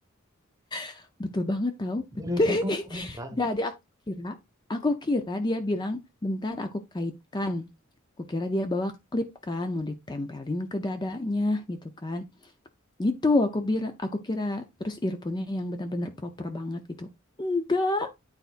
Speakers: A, on the left (about 20°); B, on the right (about 15°).
A: <laughs> betul banget tahu. Betul.
B: Dililitin ke
A: <laughs>
B: muka beneran.
A: Jadi aku kira, aku kira dia bilang, bentar aku kaitkan. Aku kira dia bawa klip kan, mau ditempelin ke dadanya gitu kan. Gitu aku kira aku kira terus earphone-nya yang benar-benar proper banget gitu. Enggak,